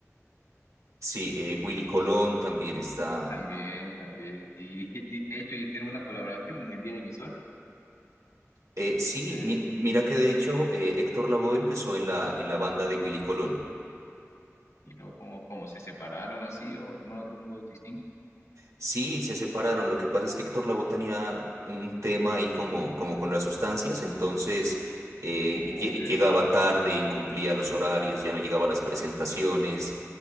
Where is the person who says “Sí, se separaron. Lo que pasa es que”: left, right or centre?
Right